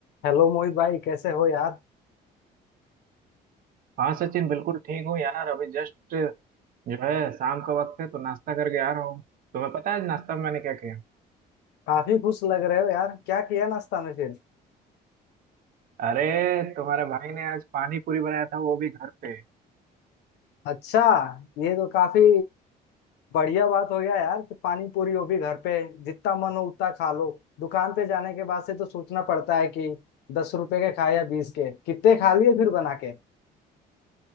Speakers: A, on the left; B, on the right.
A: Hello Mohit भाई कैसे हो यार
B: हाँ सचिन बिल्कुल ठीक हूँ यार अभी जस्ट जो है शाम का वक्त है तो नाश्ता करके आ रहा हूँ तुम्हें पता है आज नाश्ता में मैंने क्या किया
A: काफी खुश लग रहे हो यार क्या किया नाश्ता में फिर
B: अरे तुम्हारे भाई ने आज पानी पूरी बनाया था वो भी घर पे
A: अच्छा ये तो काफी बढ़िया बात हो गया यार कि पानी पूरी हो भी घर पे जितना मन हो उतना खा लो दुकान पे जाने के बाद से तो सोचना पड़ता है कि दस रुपए के खाए या बीस के कितने खा लिए फिर बना के